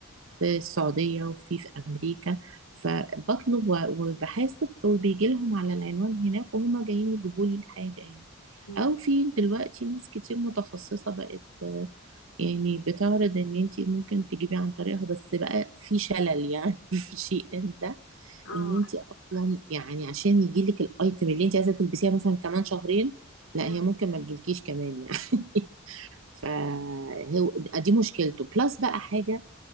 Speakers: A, on the right; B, on the left.
A: في السعودية وفي في أمريكا فبطلب و- وبحاسب وبيجي لهم على العنوان هناك وهما جايين يجيبوا لي الحاجة يعني
B: أمم،
A: أو في دلوقتي ناس كتير متخصصة بقت آه، يعني بتعرض إن أنت ممكن تجيبي عن طريقها بس بقى في شلل يعني <laughs> في شيء ان ده
B: اه
A: إن أنت أصلا يعني عشان يجيلك الأيتم اللي أنت عايزة تلبسيها مثلا كمان شهرين لا
B: أمم،
A: هي ممكن ما تجيلكيش كمان يعني <laughs> فهو
B: أمم.
A: دي مشكلته بلس بقى حاجه